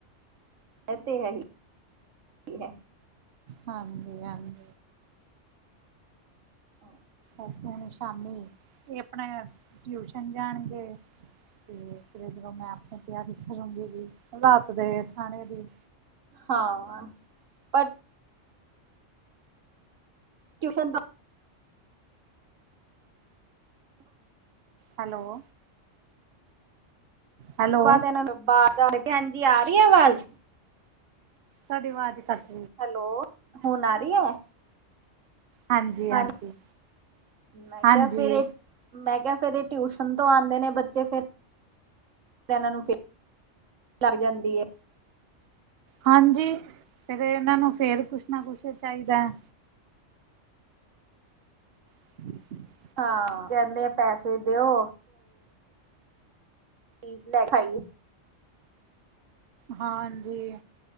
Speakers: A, on the right; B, on the right.
A: <unintelligible> ਹੀ
B: ਹਾਂਜੀ-ਹਾਂਜੀ
A: ਆਹ।
B: ਹੁਣ ਸ਼ਾਮੀ ਇਹ ਆਪਣੇ, ਟਿਊਸ਼ਨ ਜਾਣਗੇ। ਤੇ ਫਿਰ ਜਦੋਂ ਮੈਂ ਆਪਣੇ ਤਿਆਰੀ ਕਰੂੰਗੀ ਜ ਹਾਲਤ ਦੇ ਖਾਣੇ ਦੀ।
A: ਹਾਂ। ਪਰ ਟਿਊਸ਼ਨ ਦਾ
B: ਹੈਲੋ। ਹੈਲੋ
A: ਬਾਅਦ ਇਹਨਾਂ ਨੂੰ ਭੈਣਜੀ ਹਾਂਜੀ ਆ ਰਹੀ ਆਵਾਜ਼
B: ਸਾਡੀ ਆਵਾਜ਼ ਘੱਟ
A: ਹੈਲੋ। ਹੁ ਨਾਰੀ ਹੈ
B: ਹਾਂਜੀ
A: ਹਾਂਜੀ।
B: ਹਾਂਜੀ
A: ਮੈਂ
B: ਹਾਂਜੀ
A: ਕਿਹਾ ਫੇਰ ਮੈਂ ਕਿਹਾ, ਫੇਰ ਇਹ ਟਿਊਸ਼ਨ ਤੋਂ ਆਉਂਦੇ ਨੇ ਬੱਚੇ ਫੇਰ। ਇਹਨਾਂ ਨੂੰ ਫ, ਲੱਗ ਜਾਂਦੀ ਹੈ।
B: ਹਾਂਜੀ। ਫਿਰ ਇਹਨਾਂ ਨੂੰ ਫੇਰ ਕੁਛ ਨਾ ਕੁਛ ਚਾਹੀਦਾ ਹੈ। <inaudible>
A: ਹਾਂ, ਕਹਿੰਦੇ ਪੈਸੇ ਦਿਓ ਚੀਜ਼ ਲੈ ਖਾਈਏ
B: ਹਾਂਜੀ।